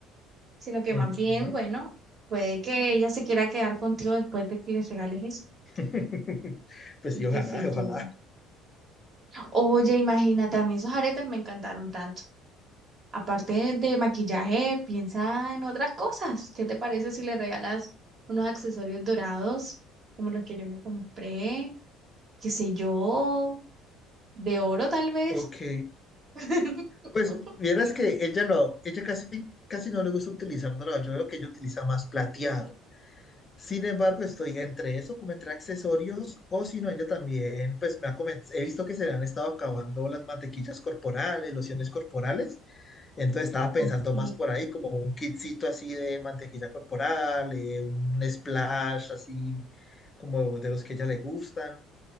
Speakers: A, on the right; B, on the left.
A: sino que
B: ujú.
A: más bien, bueno, puede que ella se quiera quedar contigo después de que les regales eso.
B: <laughs> Pues sí, ojalá,
A: Qué sé yo.
B: ojalá.
A: Oye, imagínate, a mí esos aretes me encantaron tanto. Aparte de maquillaje, piensa en otras cosas. ¿Qué te parece si le regalas unos accesorios dorados, como los que yo me compré? ¿Qué sé yo? De oro, tal vez.
B: Ok.
A: <laughs>
B: Pues vieras que ella no, ella casi, casi no le gusta utilizar dorado. Yo veo que ella utiliza más plateado. Sin embargo, estoy entre eso, como entre accesorios, o si no, ella también, pues me ha comen- he visto que se le han estado acabando las mantequillas corporales, lociones corporales, entonces estaba pensando
A: Ok.
B: más por ahí, como un kitcito así de mantequilla corporal, eh, un splash así, como de los que a ella le gustan.